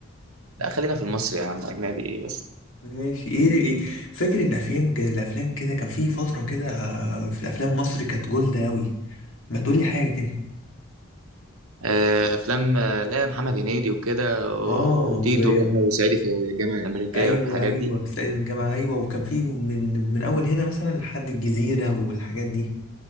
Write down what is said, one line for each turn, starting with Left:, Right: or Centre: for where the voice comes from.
Right: لا خلينا في المصري يا عم اجنبي ايه بس
Left: ماشي ايه ايه فاكر الافلام الافلام كده كان في فترة كده آه، في الافلام مصري كانت جولد اوي ما تقولي حاجة كده
Right: آه، افلام آه، لا محمد هنيدي وكده و-
Left: اه
Right: وتيتو
Left: و...
Right: بقى
Left: و...
Right: وصعيدي في الجامعه الامريكيه
Left: ايوه
Right: والحاجات
Left: ايوه
Right: دي
Left: سعيد في الجامعة ايوه وكان في من من اول هنا مثلا لحد الجزيرة والحاجات دي